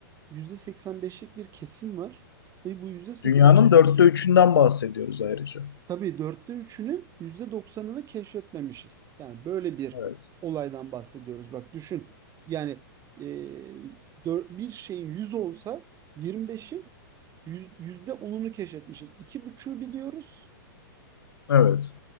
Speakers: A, on the right (about 30°); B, on the left (about 80°).
A: yüzde seksen beşlik bir kesim var. Ve bu yüzde seksen
B: Dünyanın
A: beş.
B: dörtte üçünden bahsediyoruz ayrıca.
A: tabii dörtte üçünün yüzde doksanını keşfetmemişiz. Yani böyle bir
B: Evet.
A: olaydan bahsediyoruz. Bak düşün yani e, dör- bir şeyin 100 olsa yirmi beşin yüz- yüzde onunu keşfetmişiz. iki buçuğu biliyoruz.
B: Evet.